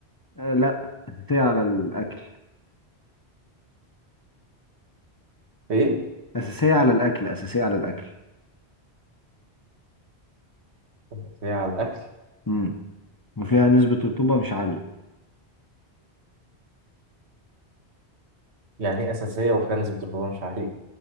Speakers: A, on the left (about 25°); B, on the right (about 85°).
A: آه لا أساسية على الأكل
B: إيه؟
A: أساسية على الأكل أساسية على الأكل
B: أساسية على الأكل
A: مم. وفيها نسبة رطوبة مش عالية
B: يعني إيه أساسية وفي ناس بتبقى مش عارف